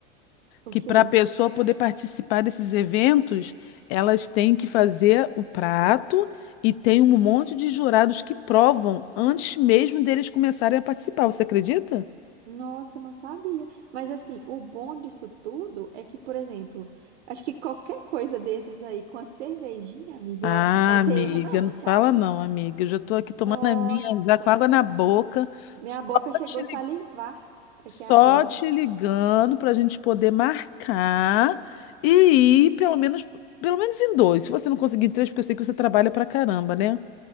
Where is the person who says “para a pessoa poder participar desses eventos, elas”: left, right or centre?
Left